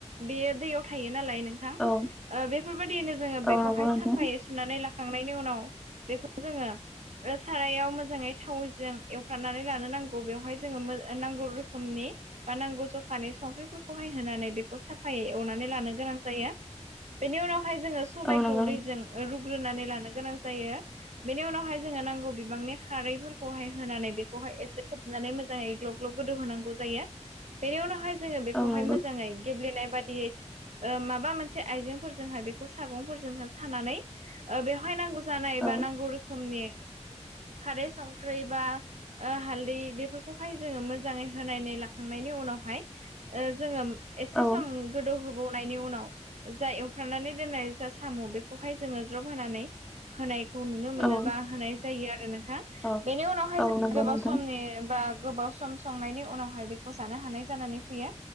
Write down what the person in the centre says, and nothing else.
औ
औ नंगौ
नोंथां
औ नंगौ
औ नंगौ
औ
औ
औ
औ
औ
नंगौ
नोंथां